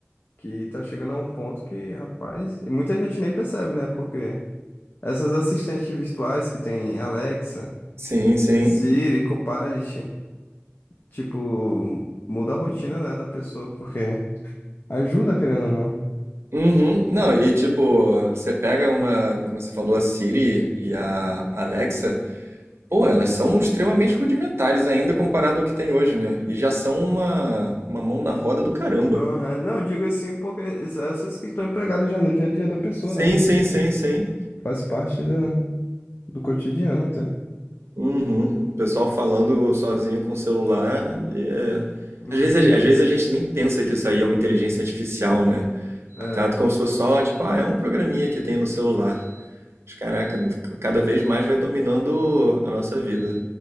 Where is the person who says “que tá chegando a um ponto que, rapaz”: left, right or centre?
Left